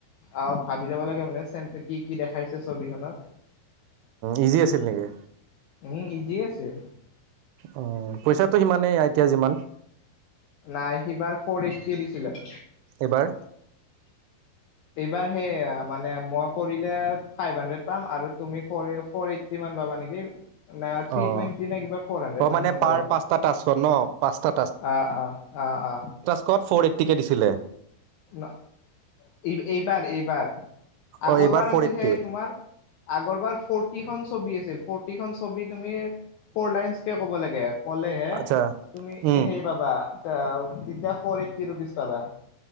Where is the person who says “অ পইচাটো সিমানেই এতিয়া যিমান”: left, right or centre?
Right